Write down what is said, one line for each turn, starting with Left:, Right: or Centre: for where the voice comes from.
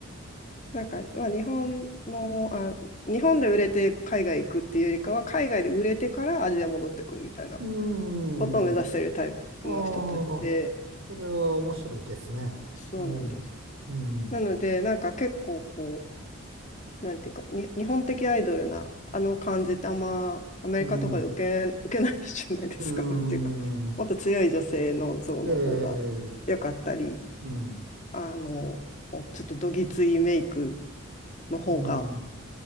Left: なんか、まあ、日本の、あ、日本で売れて海外行くっていうよりかは、海外で売れてからアジア戻ってくるみたいな
Right: うん。
Left: ことを目指してるタイプの人たちで、
Right: ああ、それは面白いですね。
Left: そうなんです。
Right: えん。うん。
Left: なので、なんか結構こう、なんていうか、に日本的アイドルなあの感じってあんまアメリカとかで受け、
Right: うん。
Left: <laughs> 受けないじゃないですか。
Right: う
Left: なんていうか、
Right: ん。
Left: もっと強い女性の像の方が良かったり、
Right: ええ、うん。
Left: あの、ちょっとどぎついメイクの方が
Right: うん。